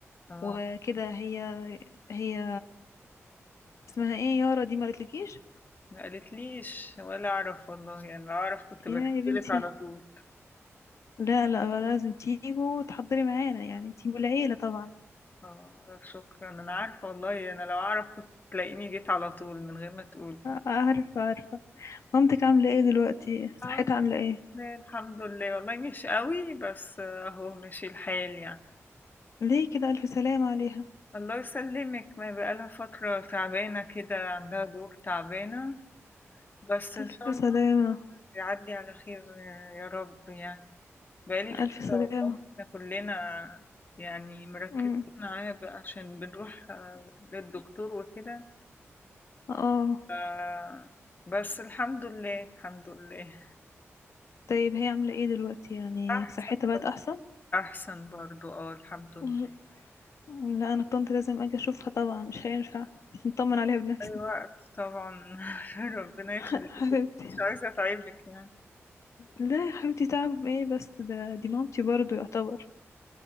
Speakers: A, on the left; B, on the left.
A: اه
B: وكده هي هي اسمها ايه يارا دي ما قالتلكيش
A: ما قالتليش ولا اعرف والله يعني لو اعرف كنت بكتبلك
B: يا يا بنتي
A: على طول
B: لا لا لازم تيجوا وتحضري معانا يعني انتي والعيلة طبعا
A: اه شكرا انا عارفة والله انا لو اعرف كنت تلاقيني جيت على طول من غير ما تقولي
B: عارفة عارفة مامتك عاملة ايه دلوقتي
A: اه
B: صحتها عاملة ايه
A: لا، الحمد لله والله مش قوي بس آه، اهو ماشي الحال يعني
B: ليه كده ألف سلامة عليها
A: الله يسلمك ما بقالها فترة تعبانة كده عندها دور تعبانة بس إن
B: ألف
A: شاء الله
B: سلامة
A: يعدي على خير يا رب يعني بقالي فترة
B: ألف
A: والله
B: سلامة
A: احنا كلنا يعني مركزين
B: مم.
A: معاها بقى عشان بنروح آه، للدكتور وكده
B: اه
A: ف- بس الحمد لله الحمد لله
B: طيب هي عاملة ايه دلوقتي يعني
A: أحسن
B: صحتها بقت
A: برضه
B: أحسن
A: أحسن برضه اه الحمد لله
B: ل- لا أنا طنط لازم أجي أشوفها طبعا مش هينفع مش نطمن عليها بنفسي
A: أي وقت طبعا <laughs> ربنا
B: <laughs>
A: يخليك
B: حبيبتي
A: مش عايزة أتعبك يعني
B: لا يا حبيبتي تعب ايه بس ده دي مامتي برضو يعتبر